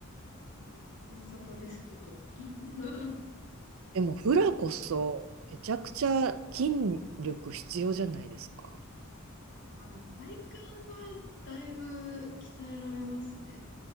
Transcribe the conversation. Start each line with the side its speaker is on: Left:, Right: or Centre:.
Left: もう、ご無沙汰ですけど。<laughs>
Right: でもフラこそめちゃくちゃ筋力必要じゃないですか。
Left: あの、体幹はだいぶ鍛えられますね。